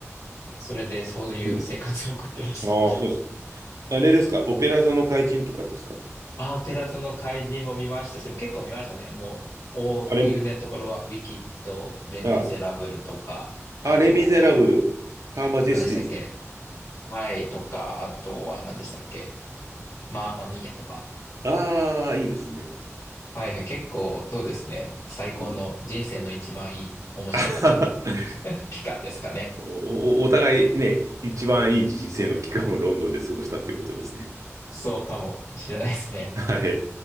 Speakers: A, on the left; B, on the right.
A: それでそういう生活を送ってました。
B: うん。ああ、そうですね。あれですかオペラ座の怪人とかですか
A: あ、オペラ座の怪人も見ましたし、結構見ましたね。もう、お、
B: あれ、
A: 有名なところは、ウィキッド、レ・ミゼラブルとか、
B: あ、
A: あと、
B: あれミゼラブル、ハーマジェスティーズ。
A: 何でしたっけはい、とか、あとは何でしたっけマーマミーヤとか。
B: ああ、いいですね。
A: はいはい、結構、そうですね。最高の、
B: うん。
A: 人生の一番いい、面白かった
B: <laughs>
A: <laughs> 期間ですかね。
B: お、おお互いね、一番いい人生の期間をロンドンで過ごしたということですね。
A: そうかもしれないですね。
B: はい。